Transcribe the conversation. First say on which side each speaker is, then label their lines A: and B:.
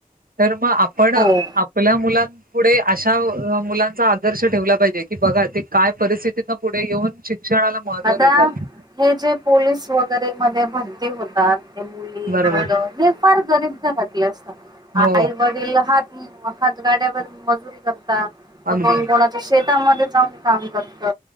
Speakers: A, on the right; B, on the right.
A: तर म आपण
B: हो.
A: आपल्या मुलांत पुढे अशा मुलांचा आदर्श ठेवला पाहिजे की बघा ते काय परिस्थितीन पुढे येऊन शिक्षणाला महत्त्व
B: आता
A: देतात.
B: हे जे पोलीस वगैरे मध्ये म्ह ते होतात हे मुली
A: बरोबर
B: मुलं हे फार गं <inaudible>
A: हो
B: आई वडील हात हातगाड्यावर मजुरी करतात तर
A: अगदी.
B: कोण कोणाचे शेत कामाला जाऊन काम करत